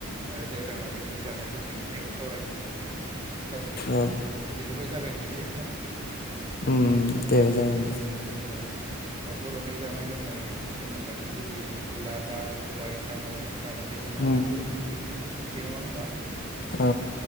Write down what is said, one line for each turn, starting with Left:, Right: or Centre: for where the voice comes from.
Right: ओ दोरोङारि जानाय लोंनायनि सायाव सावराय नोसै <unintelligible>
Left: औ
Right: बिदिब्ला जागायजे <unintelligible>
Left: उम दे जागायदो
Right: औ औ ओ बर'नि जानाय लोंनाय होनोब्लाथ' गुबै अनला, दाउ, सबाय, साम' नारजि, अमा
Left: उम
Right: बेफोरखौ मिथियो। मिन्थियो नङा होनबा?
Left: औ।